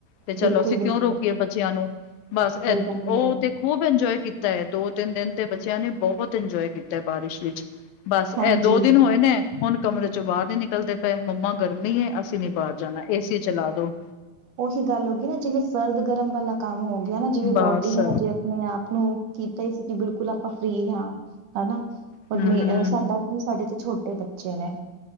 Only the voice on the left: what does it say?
ਤੇ ਚਲੋ
ਅਸੀਂ ਕਿਉਂ ਰੋਕੀਏ ਬੱਚਿਆਂ ਨੂੰ, ਬਸ ਐ
ਓ
ਤੇ ਖੂਬ ਇੰਜੋਏ ਕੀਤਾ ਐ ਦੋ, ਤੇਨ ਦਿਨ ਤੇ ਬੱਚਿਆਂ ਨੇ ਬਹੁਤ ਇੰਜੋਏ ਕੀ ਤਾ ਏ ਬਾਰਿਸ਼ ਵਿੱਚ, ਬਸ
ਐ ਦੋ ਦਿਨ ਹੋਏ ਨੇ ਹੁਣ ਕਮਰੇ ਚੋਂ ਬਾਰ ਨੀ ਨਿਕਲਦੇ ਤੇ ਮੰਮਾ ਗਰਮੀ ਏ ਅਸੀ ਨੀ ਬਾਰ ਜਾਣਾ ਏਸੀ ਚਲਾ ਦੋ।
ਬਸ
ਹਮ